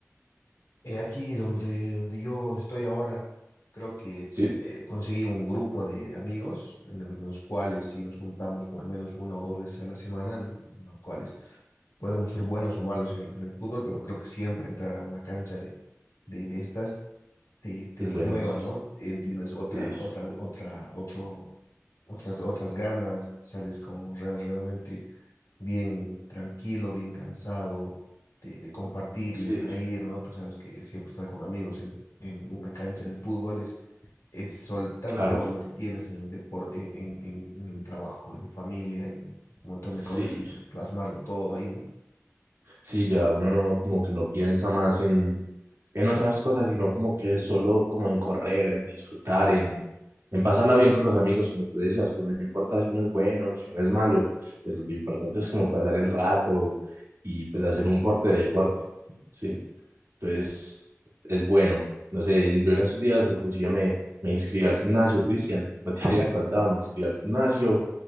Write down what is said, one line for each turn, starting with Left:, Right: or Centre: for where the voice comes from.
Left: Eh, aquí donde, donde yo estoy ahora, creo que
Right: Sí,
Left: eh, conseguí un grupo de, de amigos en, el- en los cuales si nos juntamos por lo menos una o dos veces a la semana, en en los cuales podemos ser buenos o malos en, en el fútbol, pero creo que siempre entrar a una cancha de, de, de estas te, te
Right: es
Left: renueva,
Right: bueno, sí,
Left: ¿no? En tienes otra,
Right: sí,
Left: otra, otra, otro, otras, otras ganas, sales con re- realmente bien tranquilo, bien cansado de, de compartir
Right: sí,
Left: y de reír, ¿no? Tú sabes que siempre estar con amigos en, en una cancha de fútbol es, es soltar
Right: claro,
Left: todo lo que tienes en el deporte, en, en, en- en el trabajo, en familia, en un montón
Right: sí.
Left: de cosas y plasmarlo todo ahí, ¿no?
Right: Sí, ya uno no, como que no piensa más en, en otras cosas, sino como que solo como en correr, en disfrutar, en, en pasarla bien con los amigos, como tú decías, pues no importa si uno es bueno, si uno es malo, pues lo importante es como pasar el rato y pues hacer un porte de deporte, sí. Entonces, es bueno. No sé, yo en estos días inclusive me, me inscribí al gimnasio, Cristian. <laughs> No te había contado, me inscribí al gimnasio